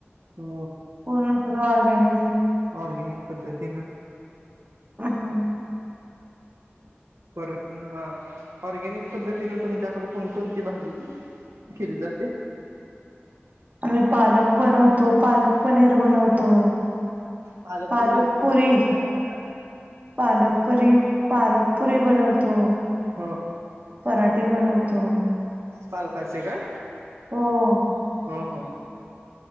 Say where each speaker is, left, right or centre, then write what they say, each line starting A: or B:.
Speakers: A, on the right; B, on the right.
A: ह
B: पूर्ण सगळं ऑर्गॅनिक
A: ऑर्गेनिक पद्धतीने
B: अ हो.
A: परतन ऑर्गॅनिक पद्धतीने तुमच्याकड कोणकोणती भाजी केली जाते?
B: आम्ही पालक बनवतो, पालक पनीर बनवतो.
A: पालक
B: पालकपुरी
A: पनीर पनीर कसं खायत
B: पालकपुरी पालकपुरी बनवतो.
A: हो
B: पराठे बनवतो.
A: पालकाचे काय?
B: ह
A: हो हो